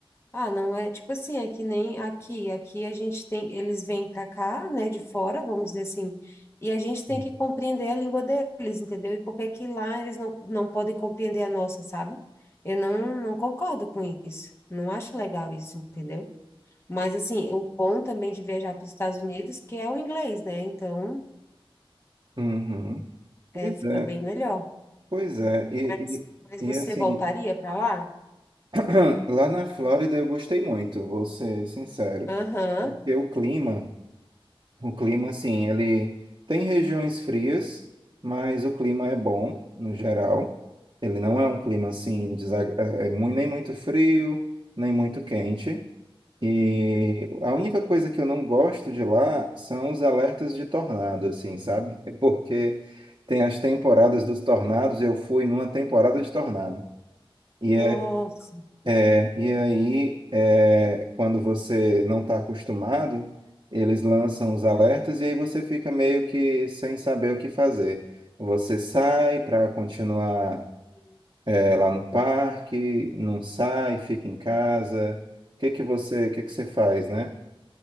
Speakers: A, on the left; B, on the right.
A: Ah, não é tipo assim, é que nem aqui, aqui a gente tem, eles vêm pra cá, né, de fora, vamos dizer assim, e a gente tem
B: Hum.
A: que compreender a língua deles, entendeu? E por que que lá eles não, não podem compreender a nossa, sabe? Eu não, não concordo com isso, não acho legal isso, entendeu? Mas assim, o bom também de viajar para os Estados Unidos, que é o inglês, né? Então,
B: Uhum. Pois
A: é, fica
B: é,
A: bem melhor.
B: pois é. E,
A: Mas, mas
B: e,
A: você
B: e assim,
A: voltaria para lá?
B: <clears throat> lá na Flórida eu gostei muito, vou ser sincero,
A: Aham.
B: porque o clima. O clima, assim, ele tem regiões frias, mas o clima é bom, no geral. Ele não é um clima, assim, desagra- é é nem muito frio, nem muito quente. E
A: Uhum.
B: a única coisa que eu não gosto de lá são os alertas de tornado, assim, sabe? <laughs> Porque tem as temporadas dos tornados, eu fui numa temporada de tornado. E
A: Nossa.
B: é, e aí, é, quando você não está acostumado, eles lançam os
A: Uhum.
B: alertas e aí você fica meio que sem saber o que fazer. Você sai para continuar,
A: Sim,
B: é, lá no parque, não sai, fica em casa. O que que você, o que que você faz, né?